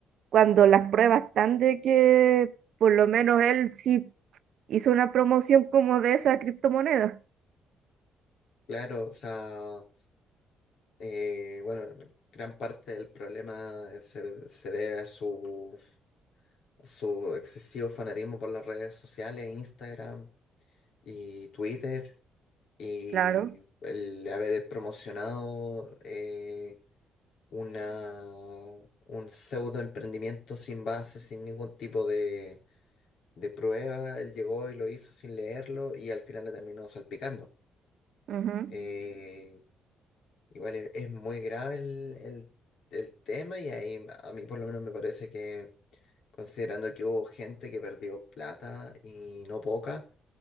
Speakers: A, on the right; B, on the left.
A: cuando las pruebas están de que por lo menos él sí hizo una promoción como de esa criptomoneda.
B: Claro, o sea, eh, bueno, gran parte del problema se, se debe a su, a su excesivo fanatismo por las redes sociales, Instagram y Twitter, y
A: Claro,
B: el haber promocionado eh, una, un pseudo emprendimiento sin base, sin ningún tipo de de prueba, él llegó y lo hizo sin leerlo y al final le terminó salpicando.
A: ujú,
B: Eh, igual es, es muy grave el, el- el tema y ahí a mí por lo menos me parece que considerando que hubo gente que perdió plata y no poca,